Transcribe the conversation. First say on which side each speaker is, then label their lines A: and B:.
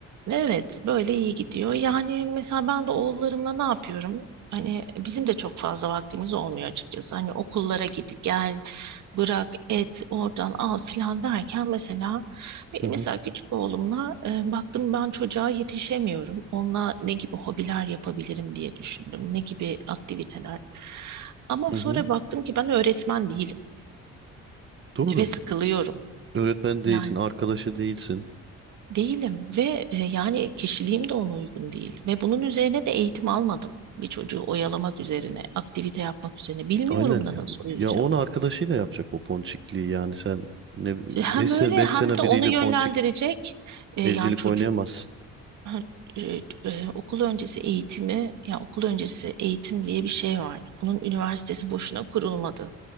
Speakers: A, on the right; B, on the right.
A: Evet, böyle iyi gidiyor. Yani mesela ben de oğullarımla ne yapıyorum? Hani bizim de çok fazla vaktimiz olmuyor açıkçası. Hani okullara git gel, bırak, et, oradan al filan derken mesela benim
B: Hı hı,
A: mesela küçük oğlumla e, baktım ben çocuğa yetişemiyorum. Onunla ne gibi hobiler yapabilirim diye düşündüm. Ne gibi aktiviteler. Ama
B: hı
A: sonra
B: hı.
A: baktım ki ben öğretmen değilim
B: Doğru.
A: ve sıkılıyorum.
B: Öğretmen değilsin,
A: Yani
B: arkadaşı değilsin.
A: Değilim ve e, yani kişiliğim de ona uygun değil. Ve bunun üzerine de eğitim almadım. Bir çocuğu oyalamak üzerine, aktivite yapmak üzerine. Bilmiyorum
B: Aynen.
A: da nasıl oyalacağım.
B: Ya onu arkadaşıyla yapacak o ponçikliği yani sen ne
A: Hem
B: 5
A: öyle
B: sene 5
A: hem
B: sene
A: de
B: biriyle
A: onu yönlendirecek
B: ponçik
A: e,
B: evcilik
A: yani çocuk
B: oynayamazsın.
A: Ha, e, e, okul öncesi eğitimi, ya okul öncesi eğitim diye bir şey var. Bunun üniversitesi boşuna kurulmadı.